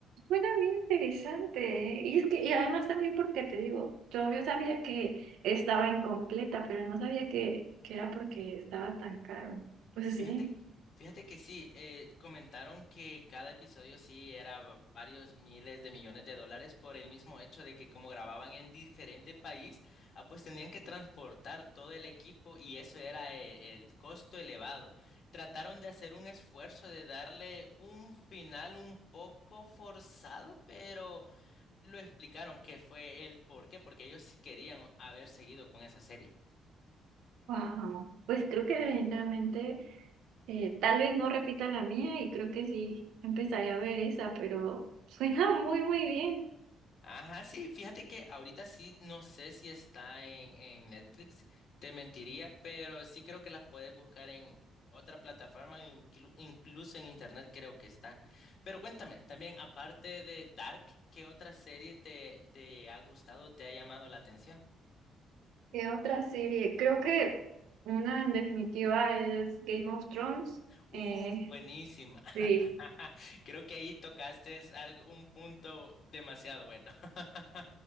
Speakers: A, on the right; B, on the left.
A: suena bien interesante. ¿eh? Y es que, y además también porque te digo, yo, yo sabía que estaba incompleta, pero no sabía que, que era porque estaba tan caro. Pues
B: Fíjate,
A: sí,
B: fíjate que sí, eh, comentaron que cada episodio sí era varios miles de millones de dólares por el mismo hecho de que como grababan en diferente país, ah, pues tenían que transportar todo el equipo y eso era eh, el costo elevado. Trataron de hacer un esfuerzo de darle un final un poco forzado, pero... lo explicaron que fue el por qué, porque ellos sí querían haber seguido con esa serie.
A: wow. Pues creo que definitivamente, eh, tal vez no repita la mía y creo que sí empezaré a ver esa, pero <laughs> suena muy, muy bien.
B: Ajá, sí, fíjate que ahorita sí, no sé si está en, en Netflix, te mentiría, pero sí creo que las puedes buscar en otra plataforma, inclu- incluso en internet creo que está. Pero cuéntame, también aparte de Dark, ¿qué otra serie te, te ha gustado, te ha llamado la atención?
A: ¿Qué otra serie? Creo que una en definitiva es Game of Thrones.
B: Uh,
A: Eh,
B: buenísima. <laughs>
A: sí.
B: Creo que ahí tocaste algo, un punto demasiado bueno. <laughs>